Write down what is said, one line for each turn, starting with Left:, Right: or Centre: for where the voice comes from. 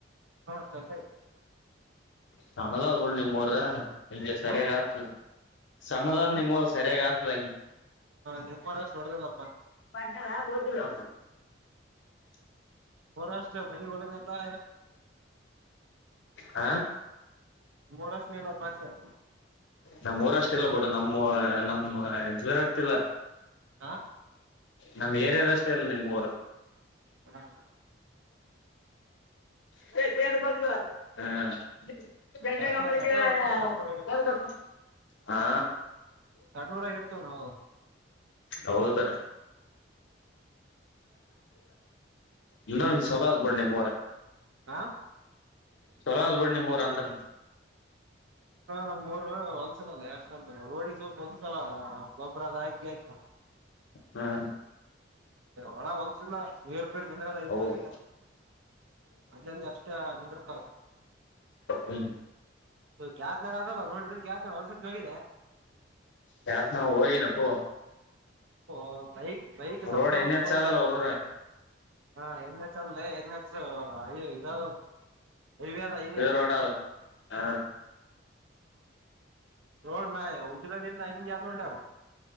Right: ಹಾ ಚೆಂದ
Left: ಸಣ್ಣದಾದ ಬಿಡು ನಿಮ್ ಊರ ನಿನಗೆ ಸರಿಯಾಗಿ
Right: ಹ
Left: ಆಯ್ತು ಸಣ್ಣದಾದ್
Right: ಹ
Left: ನಿಮ್ಮರು ಸರಿಯಾಗಿ ಆತದಂಗಗೆ
Right: ನಿಮ್ಮೂರಷ್ಟ ಹೊಡದಿಲ್ಲಪ್ಪಾ
Left: <unintelligible>
Right: ಮಹಾರಾಷ್ಟ್ರಬನ್ನಿ ಹೊಳೆನಪ್ಪ
Left: ಹ
Right: ಮೂರಷ್ಟ ಇಲ್ಲ ಪಾಸು
Left: ನಮ್ಮೂರಷ್ಟ ಇಲ್ಲ ಬಿಟ ನಮ್ಮ ನಮ್ಮ ಇದುರಾಸ್ಟು ಇಲ್ಲ
Right: ಹಾ
Left: ನಮ್ ಏರಿಯದಷ್ಟು ಇಲ್ಲ ನಿಮ್ಮ್ ಊರು
Right: ಹ
Left: ಹ <unintelligible>
Right: ಸಣ್ಣ ಸಣ್ಣವ್ರಪ್ಪ ಸಣ್ಣೂರಾಗ
Left: ಹಾ
Right: ಸಣ್ಣೂರಾಗ ಇರ್ತವ ನಾವು
Left: ಹೌದು ಇಲ್ಲ ಚಲೋ ಅದೇ ಬಿಡು ನಿಮ್ಮ ಊರು
Right: ಹಾ
Left: ಚಲೋ ಆದ ನಿಮ್ ಊರು ಅಂದೇ
Right: ನಮ್ ಮೂರು ಹೊಲ್ಸದಲ್ಲ ಎಷ್ಟ ಅಂದ ರೊಡಿ ಈಗ ಸ್ವಲ್ಪ ಹೊಲ್ಸವ ಗೊಬರ ಅದ ಆಕಿ ಆಾಕಿ
Left: ಹಾ
Right: ಒಣ ಹೊಲ್ಸ ಇಲ್ಲ <unintelligible>
Left: ಹೌದ
Right: ಅಲ್ಲಂದ ಅಷ್ಟ ನಿಂದಿರ್ತಾವ
Left: ಹ್ಮ್
Right: ಕ್ಯಾತ್ ನ ಆಗ ನೋಡಿದ್ರಲ್ಲಿ ಕ್ಯಾತ್ ನ ಒಂದ್ಸತ್ ಹೋಗಿದ್ಯಾ
Left: ಕ್ಯಾತ್ನಾ ಹೋಗಿದ್ನಪ್ಪೋ
Right: ಹೋ ಬೈಕ್ ಬೈಕ್ ಸತ್ತೋದರ
Left: ರೋಡ್ ಎನ್ ಎಚ್
Right: ಹೋದವರು
Left: ಅದಲ್ಲ ಅವ್ರ ಊರ
Right: ಹಾ ಎನ್ ಹೆಚ್ ಅಲ್ಲ ಹೆಡ್ ಮಾಸ್ಟರ್ ಅಲ್ಲೇ ಇದಲ್ಲ ಹೈವೇ ಆದ ಹೈವೇ
Left: ರೋಡ್ ಅದ ಹಾ
Right: ನೋಡ್ನ ನಾನು ಹುಟ್ಟಿದಾಗಿಂದ ಹಾಗೆ ಆದ